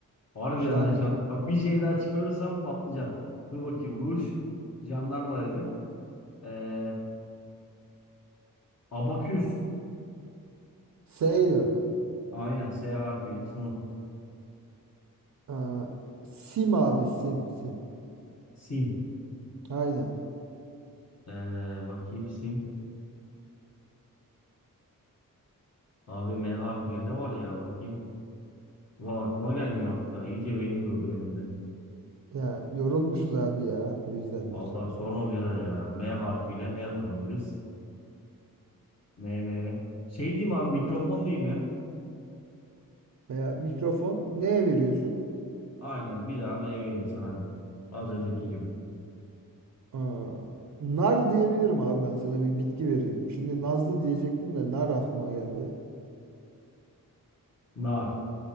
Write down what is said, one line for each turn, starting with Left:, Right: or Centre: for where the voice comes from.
Left: Harbiden
Right: Jand
Left: ha, jan- Bak bir J daha çıkarırsam patlıcan. Dur bakayım ruj. Jandarma dedin. Ee, Abaküs.
Right: S ile mi?
Left: Aynen S harfiyle sonu.
Right: Ha, Sim abi Sim Sim.
Left: Sim.
Right: Aynen.
Left: Ee, bakayım sim. Abi M harfiyle ne var ya bakayım. Ulan aklıma gelmiyor artık ha. İyice beynim durdu benim de.
Right: Ya yorulmuşuz abi ya o yüzdendir.
Left: Allah sorma birader ya. M harfiyle ne yapabiliriz? M M M. Şey diyeyim abi mikrofon diyeyim ya.
Right: Veya mikrofon neye veriyorsun?
Left: Aynen bir daha M vereyim sana hadi. Az önceki gibi.
Right: Aa, nar diyebilirim abi ben sana bir bitki vereyim. Şimdi nazlı diyecektim de nar aklıma geldi.
Left: Nar.